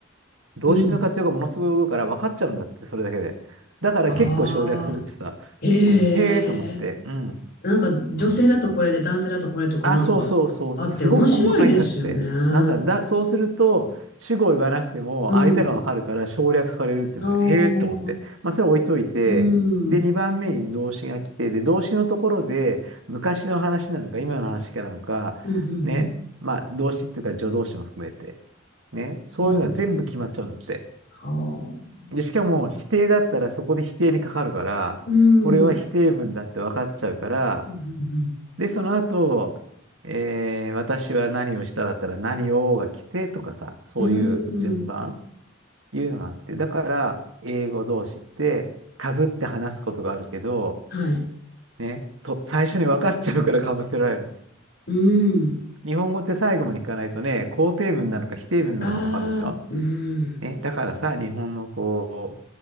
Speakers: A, on the right; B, on the left.
A: 動詞の活用がものすごい多いから分かっちゃうんだって、
B: うん。
A: それだけで。だから結構省略するってさ、
B: ああ、へえ。
A: うん、へえと思って、うん。
B: なんか女性だとこれで男性だとこれとかなんかあって面白いですよね。
A: あ、そうそうそうそう、すごく細かいんだって。なんだ、だ、そうすると、主語を言わなくても相手がわかるから省略されるっていうので、
B: うん。ああ、うん。
A: へえと思って。まあ、それ置いといて、
B: うん、
A: で、2番目に動詞が来て、で、動詞のところで、昔の話なのか、今の話かなのか、
B: うん、
A: ね、まあ、動詞っていうか助動詞も含めて、ね、そういうのが全部決まっちゃうんだって。
B: うん。うんはあ。
A: で、しかも、否定だったらそこで否定にかかるから、
B: うん。
A: これは否定文だって分かっちゃうから、
B: うん。
A: で、その後、えー私は何をしただったら何をが来てとかさ、そういう順番、
B: うん。
A: いうのがあって、だから、英語同士って、かぶって話すことがあるけど、
B: はい。
A: ね、と、最初に分かっちゃうからかぶせられる。
B: うん。
A: 日本語って最後まで聞かないとね、肯定文なのか否定文なのかも分かんないでしょ
B: ああ、うん。
A: ね、だからさ、日本のこ